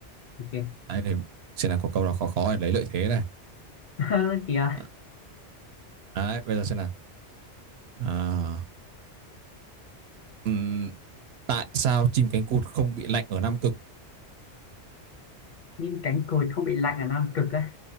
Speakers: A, on the left; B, on the right.
A: Ok.
B: Đấy, để xem là có câu nào khó khó để lấy lợi thế này.
A: <laughs> Kìa,
B: À, Đấy, bây giờ xem nào. À, ừm, tại sao chim cánh cụt không bị lạnh ở Nam Cực?
A: nhưng cánh cụt không bị lạnh là nam cực á.